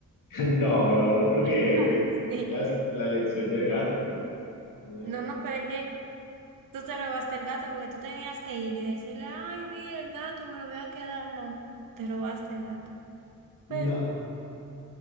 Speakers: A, on the left; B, on the right.
A: <laughs> No, no, no, porque
B: <laughs>
A: fue
B: Sí.
A: la, la lección del gato. O sea,
B: No, no, pero es que tú te robaste el gato porque tú tenías que ir y decirle, ay, mira, el gato me lo voy a quedar. No, te robaste el gato. Pero
A: no,